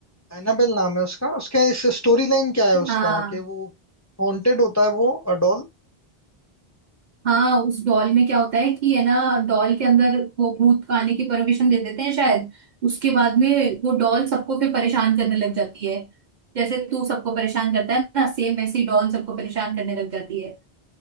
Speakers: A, on the left; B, on the right.
A: एनाबेल नाम है उसका उसका इस स्टोरी लाइन क्या है उसका
B: हाँ
A: कि वो हॉन्टेड होता है वो डॉल
B: हाँ उस डॉल में क्या होता है कि है ना डॉल के अंदर वो भूत आने की परमिशन दे देते हैं शायद उसके बाद में वो डॉल सबको फिर परेशान करने लग जाती है जैसे तू सबको परेशान करता है ना सेम वैसे ही डॉल सबको परेशान करने लग जाती है